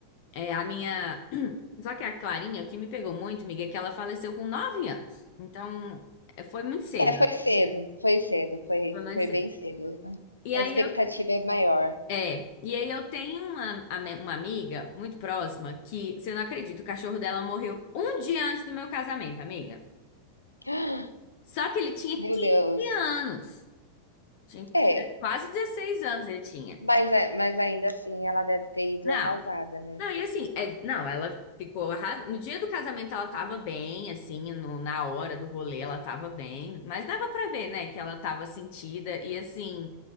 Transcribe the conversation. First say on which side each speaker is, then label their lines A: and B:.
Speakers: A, on the left (about 45°); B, on the left (about 85°).
A: É, a minha. <clears throat> Só que a Clarinha, o que me pegou muito, amiga, é que ela faleceu com nove anos. Então, é, foi muito cedo.
B: É, foi cedo, foi cedo, foi,
A: Romancei.
B: foi bem cedo.
A: E
B: A
A: aí
B: expectativa
A: eu,
B: é maior.
A: é, e aí eu tenho uma, ame- uma amiga muito próxima que, você não acredita, o cachorro dela morreu um dia antes do meu casamento, amiga.
B: <gasps>
A: Só que ele tinha 15
B: Meu Deus.
A: anos. Tinha
B: É,
A: quase 16 anos ele tinha.
B: mas, a- mas ainda assim ela deve ter ido
A: Não.
B: arrasada, né?
A: Não, e assim, é- não, ela ficou arras... No dia do casamento ela tava bem, assim, no- na hora do rolê ela tava bem, mas dava pra ver, né, que ela tava sentida e assim,